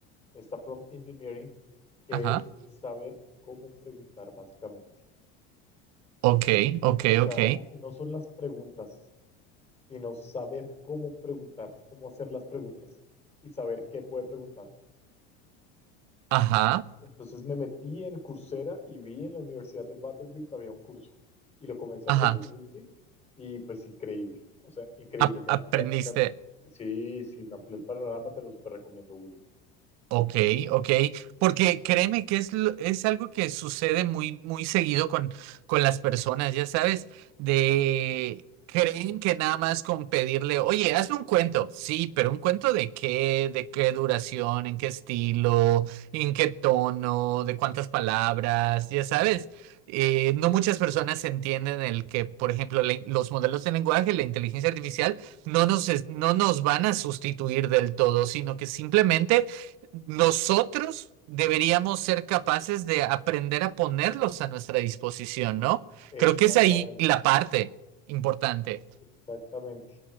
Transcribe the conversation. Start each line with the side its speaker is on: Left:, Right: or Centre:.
Left: Esta prompt engineering, que
Right: ajá.
Left: es saber cómo preguntar básicamente.
Right: Ok, ok,
Left: O sea,
Right: ok.
Left: n- no son las preguntas, sino saber cómo preguntar, cómo hacer las preguntas y saber qué puede preguntar.
Right: Ajá,
Left: Entonces me metí en Coursera y vi en la Universidad de Vanderbilt había un curso y lo comencé
Right: ajá.
Left: a hacer y lo hice y pues increíble, o sea, increíble.
Right: A-
Left: Me-
Right: aprendiste.
Left: me- me- sí, sí, me amplió el panorama, te lo súper recomiendo, Willy.
Right: Ok, ok, porque créeme que es, lo- es algo que sucede muy, muy seguido con, con las personas, ya sabes, de creen que nada más con pedirle, oye, hazme un cuento, sí, pero un cuento de qué, de qué duración, en qué estilo, en qué tono, de cuántas palabras, ya sabes. Eh, no muchas personas entienden el que, por ejemplo, la in- los modelos de lenguaje, la inteligencia artificial, no nos, es- no nos van a sustituir del todo, sino que simplemente nosotros deberíamos ser capaces de aprender a ponerlos a nuestra disposición, ¿no?
Left: Exactamente.
Right: Creo que es ahí la parte importante.
Left: Exactamente.